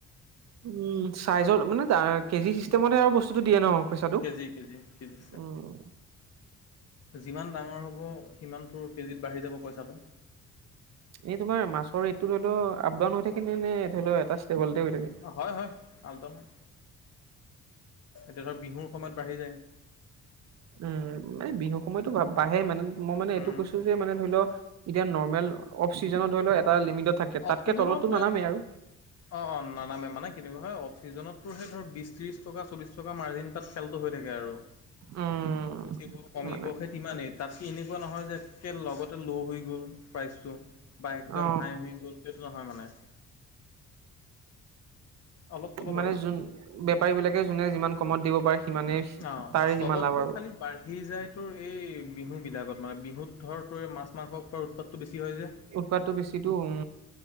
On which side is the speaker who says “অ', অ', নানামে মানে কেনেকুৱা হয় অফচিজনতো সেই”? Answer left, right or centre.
Left